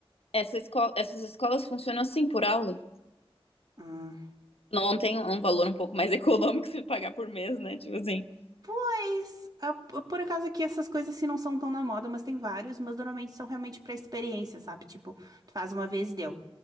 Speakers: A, on the left; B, on the right.
A: essa esco- essas escolas funcionam assim, por aula.
B: Ah.
A: Não tem um valor um pouco mais <laughs> econômico se pagar por mês, né? Tipo assim.
B: Pois, ah, p- por acaso aqui essas coisas assim não são tão na moda, mas tem vários, mas normalmente são realmente pra experiência, sabe? Tipo, tu faz uma vez e deu.